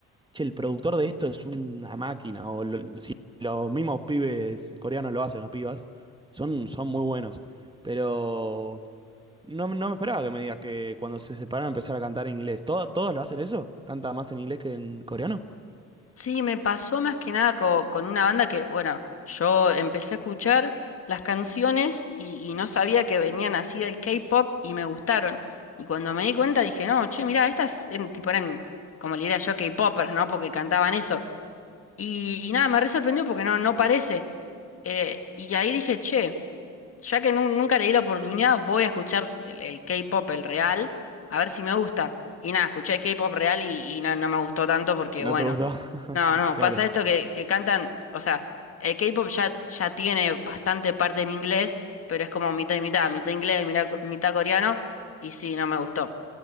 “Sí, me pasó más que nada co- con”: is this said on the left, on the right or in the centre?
Left